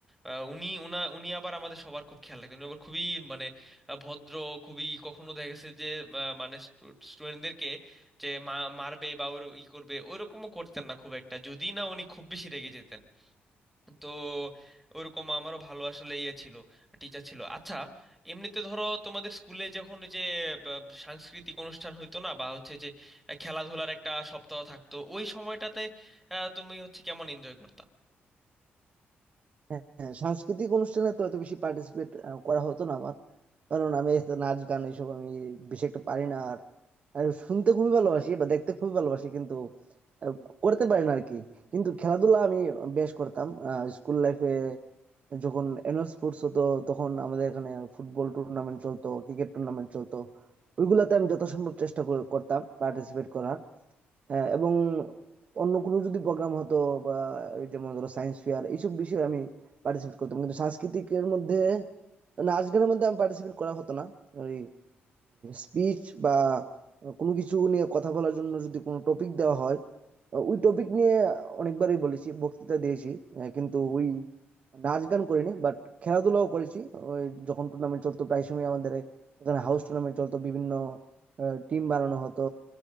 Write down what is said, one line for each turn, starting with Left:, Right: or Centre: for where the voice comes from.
Centre: আহ, উনি উনা উনি আবার আমাদের সবার খুব খেয়াল রাখতেন উনি আবার খুবই মানে আহ, ভদ্র খুবই কখনো দেখা গেছে যে আহ, মানে স্টুডেন্টদেরকে যে মা- মারবে বা ওর ই করবে ওইরকমও করতেন না খুব একটা যদি না উনি খুব বেশি রেগে যেতেন তো ওরকম আমারও ভালো আসলে ইয়ে ছিল টিচার ছিল আচ্ছা এমনিতে ধরো তোমাদের স্কুলে যখন ওই যে বা, সাংস্কৃতিক অনুষ্ঠান হইতো না বা হচ্ছে যে আহ, খেলাধুলার একটা সপ্তাহ থাকতো ওই সময়টাতে আহ, তুমি হচ্ছে কেমন এনজয় করতা
Right: হ্যাঁ হ্যাঁ, সাংস্কৃতিক অনুষ্ঠানে তো এত বেশি পার্টিসিপেট করা হতো না আমার কারণ আমি এত নাচ গান এইসব আমি বেশি একটা পারি না আর আর শুনতে খুবই ভালোবাসি বা দেখতে খুবই ভালোবাসি কিন্তু আহ, করতে পারি না আর কি কিন্তু খেলাধুলা আমি বেশ করতাম স্কুল লাইফে যখন অ্যানুয়াল স্পোর্টস হতো তখন আমাদের এখানে ফুটবল টুর্নামেন্ট চলতো ক্রিকেট টুর্নামেন্ট চলতো ওইগুলাতে আমি যত সম্ভব চেষ্টা কর- করতাম পার্টিসিপেট করার হ্যাঁ এবং অন্য কোনো যদি প্রোগ্রাম হতো বা এই যেমন ধরো সায়েন্স ফেয়ার এইসব বিষয়ে আমি পার্টিসিপেট করতাম কিন্তু সাংস্কৃতিকের মধ্যে নাচ গানের মধ্যে আমি পার্টিসিপেট করা হতো না ওই স্পিচ বা কোনো কিছু নিয়ে কথা বলার জন্য যদি কোনো টপিক দেওয়া হয় ওই টপিক নিয়ে অনেকবারই বলেছি বক্তৃতা দিয়েছি আহ, কিন্তু ওই নাচ গান করিনি বাট খেলাধুলাও করেছি ওই যখন টুর্নামেন্ট চলতো প্রায় সময় আমাদের এখানে হাউস টুর্নামেন্ট চলতো বিভিন্ন টিম বানানো হতো